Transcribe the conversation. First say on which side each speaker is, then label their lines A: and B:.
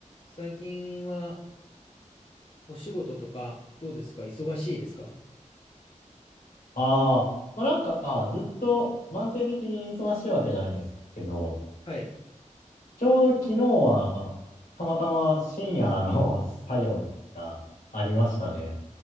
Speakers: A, on the left; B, on the left.
A: 最近はお仕事とかどうですか忙しいですか
B: ああ、まあなんか、ずっと慢性的に忙しいわけじゃないんですけど、
A: はい。
B: ちょうど昨日は、たまたま深夜の <laughs> 作業がありましたね。